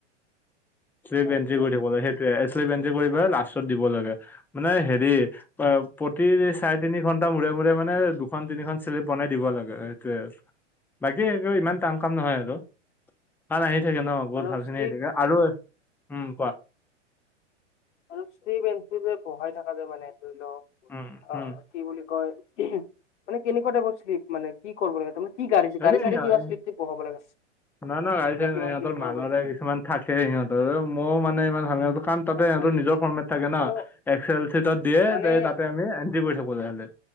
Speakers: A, in the centre; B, on the left.
A: চিলিপ
B: আচ্ছা
A: এট্ৰি কৰি
B: আচ্ছা
A: দিব লাগে সেইটোৱ এট্ৰি কৰি পেলাই লাষ্টত দিব লাগে মানে হেৰি অহ প্ৰতি চাৰি তিনি ঘন্টা মূৰে মূৰে মানে দুখন তিনিখন চিলিপ বনাই দিব লাগে সেইটোৱে বাকী এইটো ইমান টান কাম নহয় আৰু কাৰন আহি থাকে ন বহুত
B: আৰু
A: ভাল
B: শ্লিপ
A: খিনি আহি থাকে আৰু উম কোৱা
B: আৰু সি বেঞ্চি যে বহাই থকা যে মানে ধৰি লওঁক
A: উম
B: অ
A: উম
B: কি বুলি কয় মানে কেনেকা টাইপৰ চিলিপ মানে কি কৰিব লাগে তাৰ মানে গাড়ী ছাৰীৰ
A: সেইটো সিহ-
B: কিবা চিলিপ তিলিপ পহাব লাগে
A: নহয় নহয় গাড়ীছাৰী
B: না কিবা
A: নাই সিহঁতৰ
B: কিবি কৰিব
A: মালৰে
B: লাগে
A: কিছুমান থাকে সিহঁতৰ মইও মানে ইমান কাম তাতে
B: আচ্ছা
A: সিহঁৰ
B: আচ্ছা
A: নিজৰ ফৰ্মেট থাকে ন
B: অ
A: এক্স এল চিটত দিয়ে
B: মানে
A: তাতে আমি এন্ট্ৰি কৰি থব ললে